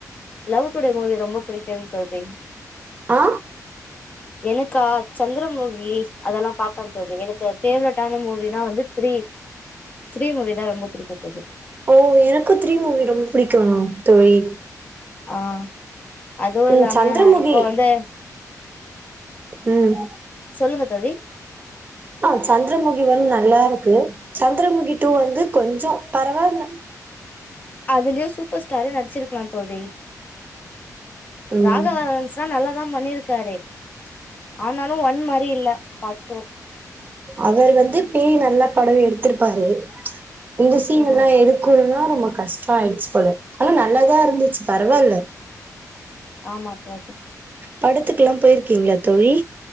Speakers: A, on the left (about 25°); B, on the right (about 30°).
A: லவ் டுடே மூவி ரொம்ப பிடிக்கு தோழி
B: ஆ
A: எனக்கா சந்திர மூவிஸ் அதெல்லா பாாப்பே தோழி எனக்கு ஃபேவரட்டான மூவினா வந்து த்ரீ த்ரீ மூவிதா ரொம்ப பிடிக்கு தோழி
B: ஓ எனக்கு த்ரீ மூவி ரொம்ப பிடிக்கு தோழி
A: ஆ அதுவு இல்லாம
B: ம் சந்திரமுகி
A: இப்ப வந்து
B: ம்
A: சொல்லுங்க தோழி
B: ஆ சந்திரமுகி ஒன் நல்லா இருக்கு சந்திரமுகி டூ வந்து கொஞ்சோ பரவால்ல
A: அதுலயு சூப்பர் ஸ்டாரே நடிச்சிருக்கலா தோழி
B: ம்
A: ராகவா லாரன்ஸ் எல்லா நல்லாதா பண்ணிருக்காரு ஆனாலு ஒன் மாரி இல்ல பார்ட் டூ
B: அவர் வந்து பேய் நல்லா படம் எடுத்திருப்பாரு இந்த சீன்
A: ஓஹோ
B: எல்லா எடுக்குணுன்னா ரொம்ப கஷ்டோ ஆயிடுச்சு போல ஆனா நல்லாதா இருந்துச்சு பரவால்ல
A: ஆ மாத்தாது
B: படத்துக்குலா போயிருக்கீங்களா தோழி